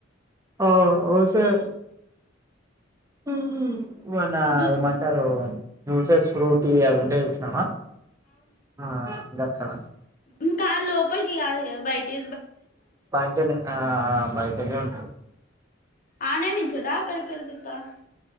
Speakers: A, on the right; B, on the left.
A: ఆఁ అవుట్ సైడే మ్మ్ మొన్న
B: జూ
A: ఏమంటరు జ్యూసెస్ ఫ్రూటీ అవి ఉండే చూశినవా ఆ గక్కడ.
B: ఇం క లోపలికి కాదిగ బైటి
A: బయటనే ఆ ఆ బయటనే ఉంటది
B: ఆనే నించుంటవా అక్కడిక్కడ తిప్పుతవా